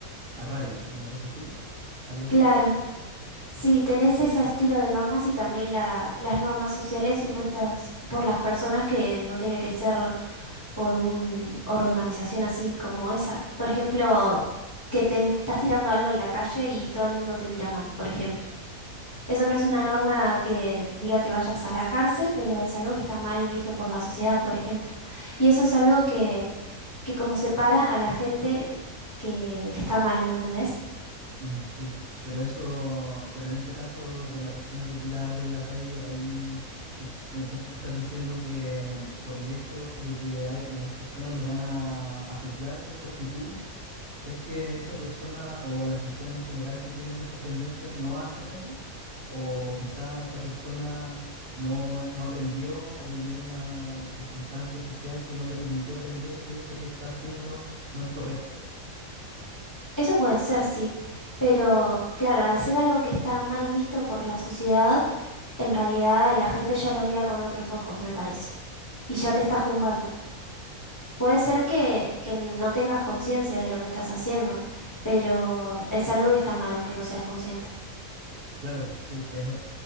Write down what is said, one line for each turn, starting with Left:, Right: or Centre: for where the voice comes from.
Right: a raya, una cosa así. Algo así,
Left: Claro,
Right: terror.
Left: sí, tenés ese estilo de normas y también la- las normas sociales impuestas por las personas que no tiene que ser por una organización así como esa. Por ejemplo, que te estás tirando algo en la calle y todo el mundo te mira mal, por ejemplo. Eso no es una norma que diga que vayas a la cárcel, pero es algo que está mal visto por la sociedad, por ejemplo. Y eso es algo que, que como separa a la gente que, que está mal, ¿me entendés?
Right: Mm, sí, pero eso, pero en ese caso de la persona que tira algo en la calle, ahí tú, entonces tú estás diciendo que mm, por el hecho de que hay, las personas los van a, a juzgar por su actitud, es que esa persona o las personas en general que tienen esas tendencias no hacen eso, o quizá esa persona no, no aprendió o vivió en una circunstancia social que no le permitió aprender que eso que está haciendo no es correcto.
Left: Eso puede ser, sí. Pero claro, al ser algo que está mal visto por la sociedad, en realidad la gente ya lo mira con otros ojos, me parece. Y ya te está juzgando. Puede ser
Right: Sí.
Left: que, que no tengas conciencia de lo que estás haciendo, pero es algo que está mal, aunque no seas consciente.
Right: Claro, sí, es-